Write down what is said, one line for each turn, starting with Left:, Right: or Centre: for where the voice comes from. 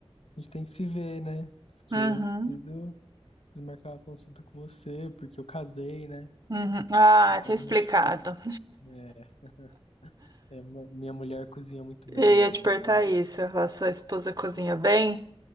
Left: a gente tem que se ver, né? Porque
Right: Uhum,
Left: eu preciso, preciso marcar uma consulta com você, porque eu casei, né?
Right: uhum. Ah,
Left: Aí
Right: tinha
Left: a
Right: explicado.
Left: gente, é, é, minha mulher cozinha muito
Right: Eu
Left: bem,
Right: ia te
Left: aí
Right: perguntar
Left: eu
Right: isso. A sua esposa cozinha bem?